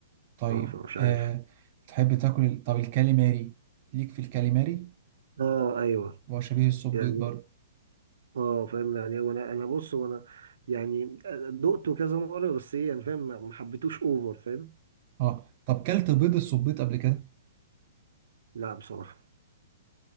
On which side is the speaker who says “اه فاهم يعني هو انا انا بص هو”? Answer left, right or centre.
Right